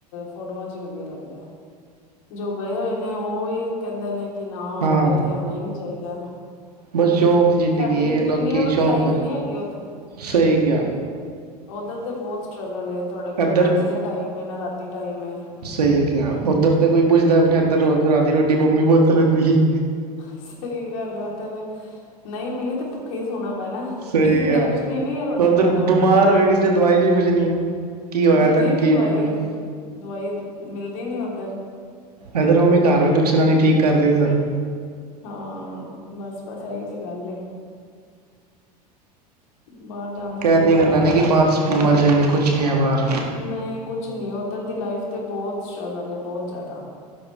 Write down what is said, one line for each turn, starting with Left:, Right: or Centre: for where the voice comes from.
Left: ਫੋਟੋਆਂ ਚ ਹੀ ਵਧੀਆ ਲੱਗਦਾ, ਜੋ ਗਏ ਹੋਏ ਨੇ ਉਹਹੀ ਕਹਿੰਦੇ ਨੇ ਕਿ ਨਾ ਆਓ,
Right: ਹਾਂ
Left: ਇੱਥੇ ਆਉਣਾ ਹੀ ਨਹੀਂ ਚਾਹੀਦਾ
Right: ਬਸ ਸ਼ੌਕ ਦੀ ਜ਼ਿੰਦਗੀ
Left: ਸਾਡੀ ਇੰਡੀਆ
Right: ਹੈ, ਲੋਕੀ
Left: ਵਾਲੀ
Right: ਸ਼ੌਕ
Left: ਲਾਈਫ ਨਹੀਂ ਹੈਗੀ
Right: ਸਹੀ ਕਿਆ
Left: ਉਧਰ ਤੇ ਬਹੁਤ ਸਟਰਗਲ ਏ, ਤੁਹਾਡੇ ਕੋਲ
Right: ਇੱਧਰ
Left: ਨਾ ਦਿਨੇ ਟਾਈਮ ਐ, ਨਾ ਰਾਤੀ ਟਾਈਮ ਐ
Right: ਸਹੀ ਕਿਹਾ, ਉੱਧਰ ਤਾਂ ਕੋਈ ਪੁੱਛਦਾ ਵੀ ਨੀ, ਇੱਧਰ ਰਾਤੀ ਰੋਟੀ ਮੰਮੀ ਪੁੁਤ ਲੈਂਦੀ ਸੀ
Left: ਸਹੀ ਗੱਲ, ਉੱਥਰ ਨਹੀਂ ਮਿਲੀ, ਤੇ ਭੁੱਖੇ ਹੀ ਸੋਹਣਾ ਪੈਣਾ
Right: ਸਹੀ
Left: ਕਿਸੀ
Right: ਕਿਹਾ
Left: ਨੇ ਪੁੱਛਣੀ ਨੀ ਹੈ, ਰੋਟੀ
Right: ਉੱਧਰ
Left: ਖਾ
Right: ਬਿਮਾਰ
Left: ਲਓ
Right: ਹੋਵੇ ਕਿਸੇ ਨੇ ਦਵਾਈ ਨੀ ਪੁੱਛਣੀ। ਕੀ ਹੋਇਆ
Left: ਮਿਲਦੀ
Right: ਤੈਨੂੰ
Left: ਨੀ
Right: ਕੀ
Left: ਦਵਾਈ,
Right: ਹੋਇਆ
Left: ਦਵਾਈ ਮਿਲਦੀ ਨੀ ਉੱਧਰ
Right: ਇੱਧਰ ਮੰਮੀ ਘਾਰ ਹੋਏ, ਤੇ ਉਸ ਨਾਲ ਹੀ ਠੀਕ ਕਰਦੇ ਸੀ ਸਾਨੂੰ
Left: ਹਾਂ ਬਸ ਬਸ, ਆਈ ਤੇ ਗੱਲ ਹੈ ਬਾਹਰ ਜਾਣ ਦਾ
Right: ਕਹਿਣ
Left: ਕੋਈ
Right: ਦੀਆਂ
Left: ਫਾਇਦਾ
Right: ਗੱਲਾਂ
Left: ਨਹੀਂ
Right: ਨੇ ਕਿ
Left: ਹੈਗਾ
Right: ਬਾਹਰ ਮਜ਼ੇ ਨੇ ਕੁਛ ਨਹੀਂ ਆ ਬਾਹਾਰ
Left: ਨਹੀਂ ਕੁਛ ਨੀ, ਉੱਧਰ ਦੀ ਲਾਈਫ ਤੇ ਬਹੁਤ ਸਟਰਗਲ ਐ, ਬਹੁਤ ਜ਼ਿਆਦਾ